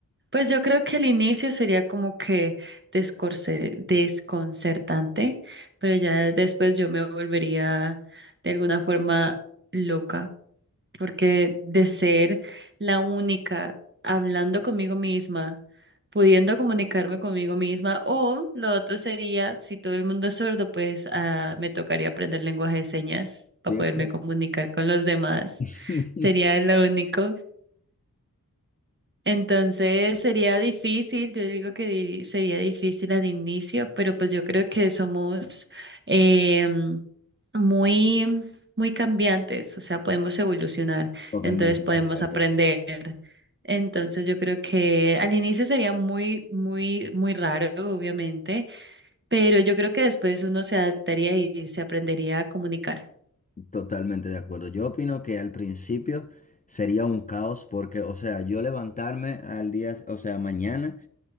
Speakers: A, on the right; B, on the left.
A: pues yo creo que el inicio sería como que descorce- desconcertante, pero ya después yo me volvería de alguna forma loca. porque de ser la única hablando conmigo misma, pudiendo comunicarme conmigo misma, o lo otro sería, si todo el mundo es sordo, pues ah, me tocaría aprender lenguaje de señas para
B: ¿cierto?
A: poderme comunicar con los demás.
B: <laughs>
A: Sería lo único. Entonces sería difícil, yo digo que di- sería difícil al inicio, pero pues yo creo que somos em, muy, muy cambiantes, o sea, podemos evolucionar,
B: Totalmente
A: entonces podemos
B: de acuerdo.
A: aprender. Entonces yo creo que al inicio sería muy, muy, muy raro, obviamente, pero yo creo que después uno se adaptaría y se aprendería a comunicar.
B: Totalmente de acuerdo. Yo opino que al principio sería un caos porque, o sea, yo levantarme al día, o sea, mañana